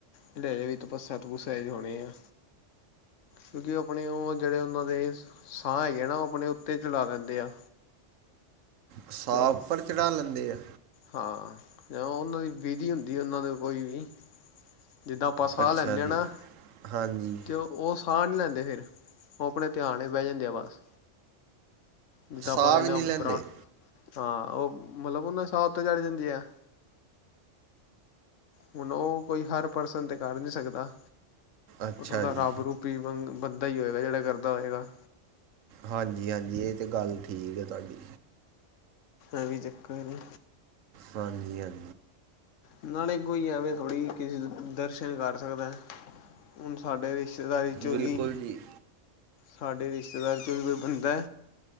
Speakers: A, on the left; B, on the right.
A: ਜਿਹੜੇ ਹਜੇ ਵੀ ਤਪੱਸਿਆ ਤਪੁੱਸਿਆ ਚ ਹੀ ਹੋਉਣੇ ਆ। ਕਿਉਂਕਿ ਉਹ ਆਪਣੇ, ਉਹ ਜਿਹੜੇ ਉਹਨਾਂ ਦੇ ਸਾਹ ਹੈਗੇ ਨਾ। ਉਹ ਆਪਣੇ ਉੱਤੇ ਚੜ੍ਹਾ ਲੈਂਦੇ ਆ।
B: ਸਾਹ
A: ਫਿਰ ਉਹ
B: ਉੱਪਰ ਚੜ੍ਹਾ ਲੈਂਦੇ ਆ?
A: ਹਾਂ। ਜਿਵੇਂ ਉਹਨਾਂ ਦੀ ਵਿਧੀ ਹੁੰਦੀ ਏ ਉਹਨਾਂ ਤੇ ਕੋਈ ਵੀ। ਜਿੱਦਾਂ ਆਪਾਂ ਸਾਹ
B: ਅੱਛਾ
A: ਲੈਨੇਂ ਹਾਂ
B: ਜੀ
A: ਨਾ।
B: ਹਾਂਜੀ
A: ਤੇ ਉਹ ਉਹ ਸਾਹ ਨਹੀਂ ਲੈਂਦੇ ਫੇਰ। ਉਹ ਆਪਣੇ ਧਿਆਨ ਵਿਚ ਬਹਿ ਜਾਂਦੇ ਆ ਬਸ। ਜਿੱਦਾਂ ਆਪਾਂ
B: ਸਾਹ
A: ਕਹਿੰਨੇਂ
B: ਵੀ ਨਹੀਂ
A: ਹਾਂ ਉਪਰਾਂ।
B: ਲੈਂਦੇ
A: ਹਾਂ ਉਹ ਮਤਲਬ ਉਹਨਾਂ ਦੀ ਸਾਹ ਉਤੇ ਚੜ ਜਾਂਦੀ ਏ। ਹੁਣ ਉਹ ਕੋਈ ਹਰ ਪਰਸਨ ਤੇ ਕਰ ਨਹੀਂ ਸਕਦਾ।
B: ਅੱਛਾ
A: ਉਹ ਥੋੜਾ
B: ਜੀ
A: ਰੱਬ ਰੂਪੀ ਹੀ ਬੰਦਾ ਹੀ ਹੋਏਗਾ ਜਿਹੜਾ ਕਰਦਾ ਹੋਏਗਾ।
B: ਹਾਂਜੀ-ਹਾਂਜੀ ਇਹ ਤੇ ਗੱਲ ਠੀਕ ਹੈ ਤੁਹਾਡੀ।
A: ਐ ਵੀ ਚੱਕਰ ਏ।
B: ਹਾਂਜੀ-ਹਾਂਜੀ।
A: ਨਾਲੇ ਕੋਈ ਐਂਵੇਂ ਥੋੜ੍ਹੀ ਕਿਸੇ ਦਰਸ਼ਨ ਕਰ ਸਕਦਾ। ਹੁਣ ਸਾਡੇ ਰਿਸ਼ਤੇਦਾਰੀ ਚੋਂ
B: ਬਿਲਕੁਲ
A: ਵੀ
B: ਜੀ
A: ਸਾਡੇ ਰਿਸ਼ਤੇਦਾਰੀ ਚੋਂ ਵੀ ਕੋਈ ਬੰਦਾ